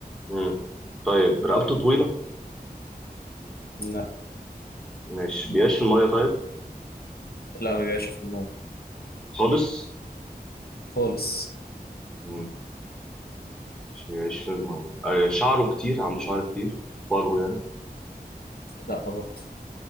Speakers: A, in the centre; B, on the left (about 75°).
A: مم. طيب رقبته طويلة
B: لا
A: مش بيعيش في المية طيب
B: لا ما بيبقاش في المايه
A: خالص
B: خالص
A: مم. مش بيعيش في المية آه، شعره كتير عنده شعر كتير فرو يعني
B: لا برضه